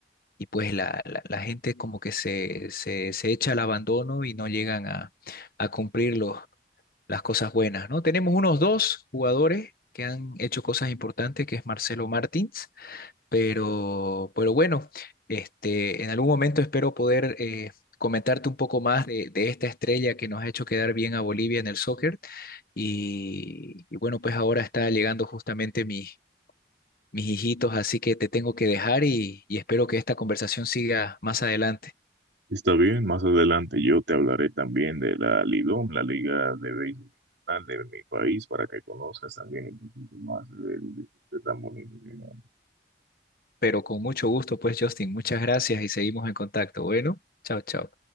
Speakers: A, on the left (about 55°); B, on the right (about 80°).
A: y pues la, la- la gente como que se, se, se echa al abandono y no llegan a, a cumplir los- las cosas buenas, ¿no? Tenemos unos dos jugadores que han hecho cosas importantes, que es Marcelo Martins, pero, pero bueno, este, en algún momento espero poder eh, comentarte un poco más de, de esta estrella que nos ha hecho quedar bien a Bolivia en el soccer. Y, y bueno, pues ahora está llegando justamente mi mis hijitos, así que te tengo que dejar y, y espero que esta conversación siga más adelante.
B: Está bien, más adelante yo te hablaré también de la Lidom, la liga de béisbol de mi país, para que conozcas también un poquito más del deporte tan bonito que nos
A: Pero con mucho gusto, pues, Justin, muchas gracias y seguimos en contacto. Bueno, chao, chao.